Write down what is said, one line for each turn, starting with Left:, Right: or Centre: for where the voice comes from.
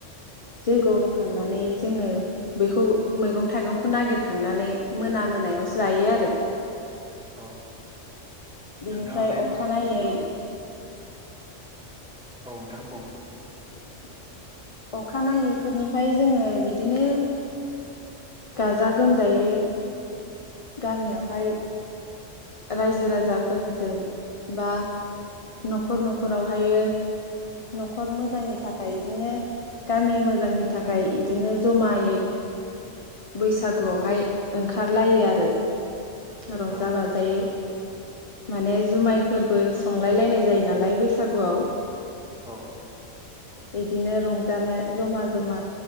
Left: जैग होखांनानै जोङो बेखौ मैगं थाइगंखौ नागिरखांनानै मोना मोनायावसो जायो आरो
Centre: औ
Left: बेनिफ्राय
Centre: नोंथाङा बे
Left: अखानायै
Centre: औ नोंथां बुं
Left: <inaudible> अखानायैफोरनिफ्राय जोङो बिदिनो गाजा गोमजायै गामियावहाय रायजो राजाफोरजों बा न'खर न'खरावहायो न'खर मोजांनि थाखाय इदिनो गामि मोजांनि थाखाय इदिनो जमायै बैसागुआवहाय ओंखारलायो आरो। रंजा
Centre: औ
Left: बाज यै माने जुमायफोरबो संलाय लायनाय जायो नालाय बैसागुआव।
Centre: औ।
Left: इदिनो रंजानो जमा जमा